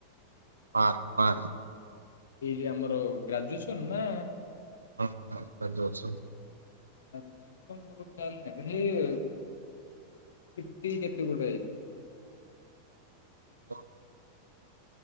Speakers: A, on the right (about 80°); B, on the left (about 65°).
A: ହଁ ହଁ।
B: ଏଇ ଯେ ଆମର ଗ୍ରାଜୁଏସନ ନା?
A: ହଁ ହଁ <unintelligible> ସୁ ଅଛ।
B: ଗ୍ରାଜୁଏସନ ମୋର ଖିଆଲ୍ ନାହିଁ <unintelligible> ଖଲି <unintelligible> କଟିିକ କେତିକଟ ଆଇଚ <unintelligible>
A: ହଁ।